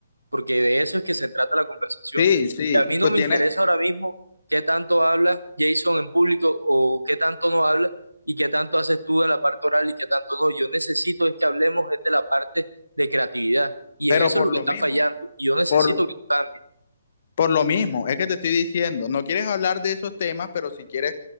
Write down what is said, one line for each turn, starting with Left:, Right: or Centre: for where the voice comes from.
Right: porque de eso es que se trata la conversación.
Left: sí, sí,
Right: Y a mí no
Left: que
Right: me
Left: tiene,
Right: interesa ahora mismo qué tanto habla Jason en público o qué tanto no habla y qué tanto haces tú en la parte oral y qué tanto no. Yo necesito es que hablemos es de la parte de creatividad y
Left: pero
Right: en eso
Left: por
Right: es lo que
Left: lo
Right: está
Left: mismo,
Right: fallando y yo necesito
Left: por,
Right: que tú cambies.
Left: Por lo mismo, es que te estoy diciendo, no quieres hablar de esos temas, pero si quieres